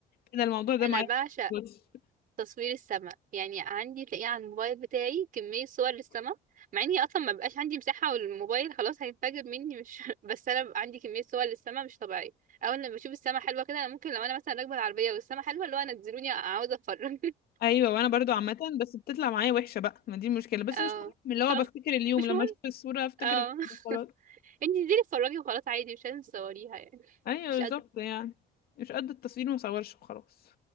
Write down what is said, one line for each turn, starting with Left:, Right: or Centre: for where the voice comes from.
Left: كده الموضوع ده
Right: انا
Left: معايا
Right: بعشق
Left: بص.
Right: تصوير السماء يعني عندي تلاقيه على الموبايل بتاعي كمية صور للسماء مع اني اصلا ما بقاش عندي مساحة والموبايل خلاص هينفجر مني مش <laughs> بس انا بقى عندي كمية صور للسماء مش طبيعية اول لما بشوف السماء حلوة كده انا ممكن لو انا مثلا راكبة العربية والسماء حلوة اللي هو نزلوني عاوزة اتفرج <laughs>
Left: ايوه وانا برضو عامة بس بتطلع معايا وحشة بقى ما دي المشكلة بس
Right: اه
Left: مش مهم اللي هو
Right: خم...
Left: بفتكر اليوم
Right: مش
Left: لما
Right: مهم
Left: اشوف الصورة افتكر
Right: اه
Left: اليوم
Right: <laughs>
Left: خلاص
Right: انتي انزلي اتفرجي وخلاص عادي مش لازم تصوريها يعني
Left: ايوه
Right: مش
Left: بالظبط
Right: قد
Left: يعني مش قد التصوير ما اصورش وخلاص